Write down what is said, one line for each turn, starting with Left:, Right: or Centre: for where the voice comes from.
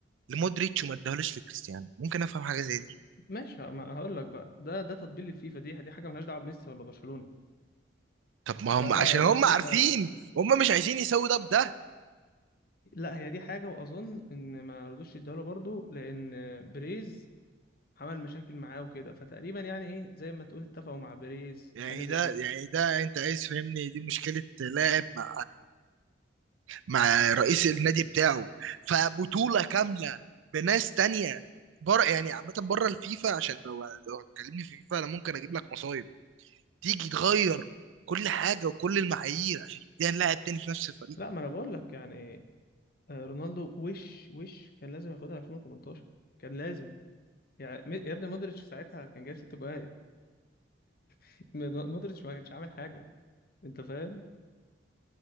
Right: لمودريتش وما اداهولوش لكريستيانو ممكن افهم حاجه زي دي
Left: ماشي ه- ما هقول لك بقى ده ده تطبيل الفيفا دي دي حاجه ملهاش دعوه بميسي ولا برشلونه
Right: طب ما
Left: ده
Right: هم عشان هم
Left: ده الفيفا
Right: عارفين هم مش عايزين يسووا ده بده
Left: لا هي دي حاجه واظن ان ما رضوش يديها له برضه لان بريز عمل مشاكل معاه وكده فتقريبا يعني ايه زي ما تقول اتفقوا مع بريز
Right: يعني
Left: حاجه زي
Right: ده
Left: كده
Right: يعني ده انت عايز فهمني دي مشكله لاعب مع مع رئيس النادي بتاعه فبطولة كاملة بناس تانية بره يعني عامة بره الفيفا عشان لو لو هتكلمني في فيفا انا ممكن اجيب لك مصايب تيجي تغير كل حاجة وكل المعايير عشان تديها لاعب تاني في نفس الفريق
Left: لا ما انا بقول لك يعني آه، رونالدو وش وش كان لازم ياخدها 2018 كان لازم يعني م- يا ابني مودريتش ساعتها كان جايب ست جوان <laughs> مودريتش ما كانش عامل حاجه انت فاهم